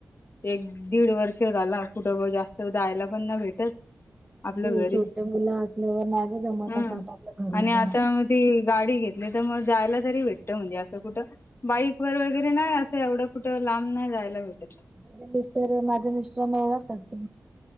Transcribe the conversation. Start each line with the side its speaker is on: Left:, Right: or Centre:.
Left: एक दीड वर्ष झाला कुठं बा जास्त जा जायला पण ना भेटत. आपलं
Right: अरे
Left: घरीच
Right: छोट्या मुलं असल्यावर नाहीगे जमत
Left: हम्म.
Right: अस आपल्या घरी
Left: आणि आता
Right: बा
Left: मग ती गाडी घेतली तर मग जायला तरी भेटत म्हणजे. कुठं बाईक वर वगैरे नाही असं एवढं कुठं लांब नाही जायला भेटत.
Right: म मिस्र माझ मिश्र मळ करत.